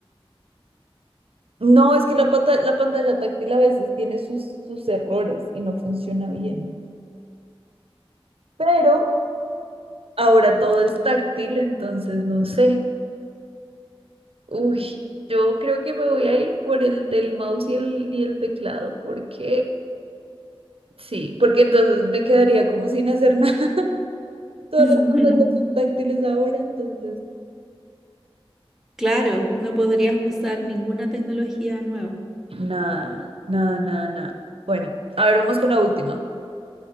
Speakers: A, on the right; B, in the centre.
A: No, es que la, pata- la pantalla táctil a veces tiene sus, sus errores y no funciona bien. Pero ahora todo es táctil, entonces no sé. Uy, yo creo que me voy a ir por el del mouse y el, y el teclado, porque sí, porque entonces me quedaría como sin hacer nada. Todas
B: Mm.
A: las pantallas
B: <laughs>
A: son táctiles ahora, entonces.
B: Claro, no podrías usar ninguna tecnología nueva.
A: Nada, nada, nada, nada. Bueno, a ver, vamos con la última.